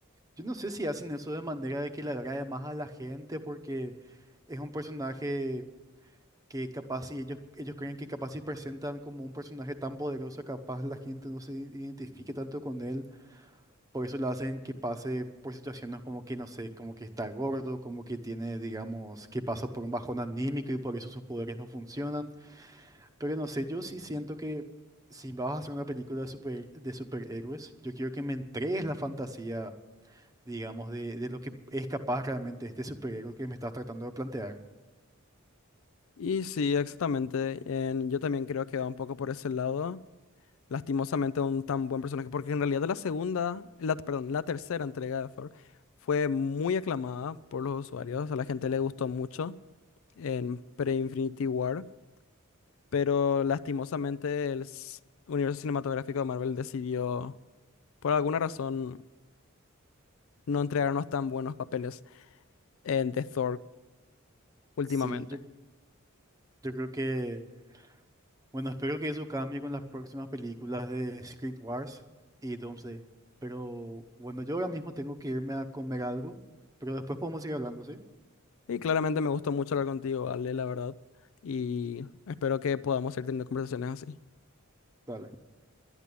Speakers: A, on the right (about 15°); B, on the left (about 65°).
A: Yo no sé si hacen eso de manera de que le agrade más a la gente, porque es un personaje que capaz si ellos, ellos creen que capaz si presentan como un personaje tan poderoso, capaz la gente no se identifique tanto con él. Por eso le hacen que pase por situaciones como que, no sé, como que está gordo, como que tiene, digamos, que pasa por un bajón anímico y por eso sus poderes no funcionan. Pero no sé, yo sí siento que si vas a hacer una película de super, de superhéroes, yo quiero que me entregues la fantasía digamos, de, de lo que es capaz realmente este superhéroe que me estás tratando de plantear.
B: Y sí, exactamente, en- yo también creo que va un poco por ese lado. Lastimosamente un tan buen personaje, porque en realidad la segunda, la, perdón, la tercera entrega de Thor fue muy aclamada por los usuarios, a la gente le gustó mucho en pre-Infinity War, pero lastimosamente el s- universo cinematográfico de Marvel decidió, por alguna razón, no entregarnos tan buenos papeles en The Thor últimamente.
A: Sí, yo, yo creo que, bueno, espero que eso cambie con las próximas películas de Secret Wars y Doomsday. Pero bueno, yo ahora mismo tengo que irme a comer algo, pero después podemos seguir hablando, ¿sí?
B: Y claramente me gustó mucho hablar contigo, Ale, la verdad, y espero que podamos ir teniendo conversaciones así.
A: Dale.